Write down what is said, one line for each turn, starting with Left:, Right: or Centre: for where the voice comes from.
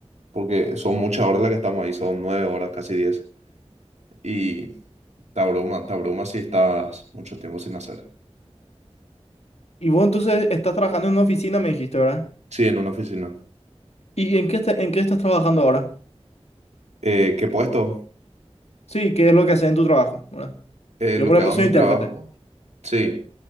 Right: Porque son muchas horas las que estamos ahí, son nueve horas, casi diez. Y te abruma, te abruma si estás mucho tiempo sin hacer.
Left: Y vos entonces estás trabajando en una oficina, me dijiste, ¿verdad?
Right: Sí, en una oficina.
Left: ¿Y en qué, esta- en qué estás trabajando ahora?
Right: Eh, ¿qué puesto?
Left: Sí, ¿qué es lo que haces en tu trabajo? ¿verdad?
Right: Eh,
Left: Yo,
Right: lo
Left: por
Right: que
Left: ejemplo,
Right: hago
Left: soy
Right: en mi
Left: intérprete.
Right: trabajo. Sí,